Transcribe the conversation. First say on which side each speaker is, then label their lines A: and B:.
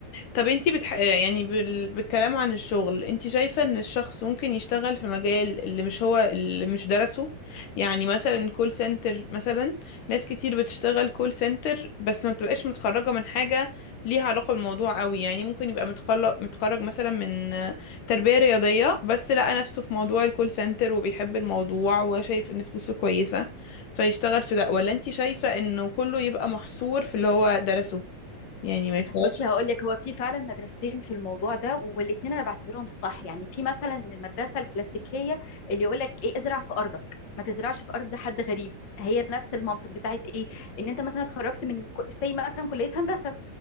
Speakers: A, on the left; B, on the left.
A: طب انتي بتح... يعني بال... بالكلام عن الشغل انتي شايفة ان الشخص ممكن يشتغل في مجال اللي مش هو اللي مش درسه يعني مثلا كول سنتر مثلا ناس كتير بتشتغل كول سنتر بس ما بتبقاش متخرجة من حاجة ليها علاقة بالموضوع قوي يعني ممكن يبقى متخرج متخرج مثلا من تربية رياضية بس لقى نفسه في موضوع الكول سنتر وبيحب الموضوع وشايف ان فلوسه كويسة فيشتغل في ده ولا انتي شايفة انه كله يبقى محصور في اللي هو درسه يعني ما يشتغلش
B: بصي هقول لك هو في فعلا مدرستين في الموضوع ده والاثنين انا بعتبرهم صح يعني في مثلا المدرسه الكلاسيكيه اللي يقول لك ايه ازرع في ارضك ما تزرعش في ارض حد غريب هي نفس المنطق بتاعت ايه ان انت مثلا اتخرجت من سي مثلا كليه هندسه